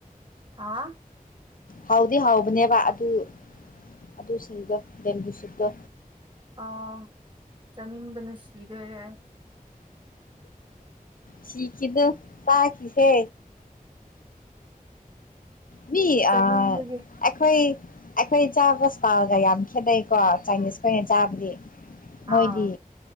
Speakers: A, on the right; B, on the left.
A: ꯍꯥ
B: ꯍꯥꯎꯗꯤ ꯍꯥꯎꯕꯅꯦꯕ ꯑꯗꯨ ꯑꯗꯨꯁꯤꯡꯗꯣ ꯕꯦꯝꯕꯨꯁꯨꯠꯇꯣ
A: ꯑꯧ ꯆꯥꯅꯤꯡꯕꯅ ꯁꯤꯗꯣꯔꯦ ꯑꯩ
B: ꯁꯤꯈꯤꯅꯨ ꯆꯥꯈꯤꯁꯦ ꯃꯤ ꯑ
A: ꯆꯥꯅꯤꯡꯕꯒꯤ
B: ꯑꯩꯈꯣꯏ ꯑꯩꯈꯣꯏ ꯆꯥꯕ <unintelligible> ꯌꯥꯝ ꯈꯦꯠꯅꯩꯀꯣ ꯆꯥꯏꯅꯤꯁ ꯈꯣꯏꯅ ꯆꯥꯕꯗꯤ ꯃꯣꯏꯗꯤ
A: ꯑꯥ